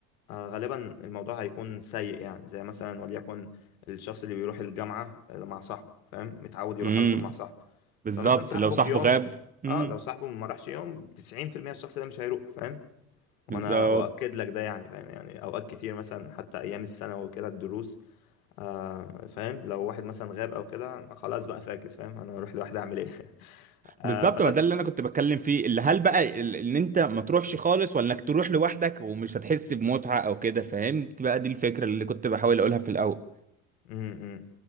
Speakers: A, on the left; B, on the right.
A: آه، غالبا الموضوع هيكون سيء يعني زي مثلا وليكن الشخص اللي بيروح الجامعة آه، مع صاحبه فاهم متعود يروح
B: مثلا؟
A: على طول مع صاحبه
B: بالظبط
A: فمثلا صاحبه
B: لو صاحبه
A: في يوم
B: غاب امم
A: اه لو صاحبه ما راحش يوم 90% الشخص ده مش هيروح فاهم
B: بالظبط
A: وانا اؤكد لك ده يعني فاهم يعني اوقات كتير مثلا حتى ايام السنة وكده الدروس آه فاهم لو واحد مثلا غاب او كده خلاص بقى فاكس فاهم انا اروح لوحدي اعمل ايه <laughs> آه
B: بالظبط
A: فده
B: ما ده اللي انا كنت بتكلم فيه اللي هل بقى ال- ان انت ما تروحش خالص ولا انك تروح لوحدك ومش هتحس بمتعة او كده فهمت بقى دي الفكرة اللي كنت بحاول اقولها في الاول
A: م -م.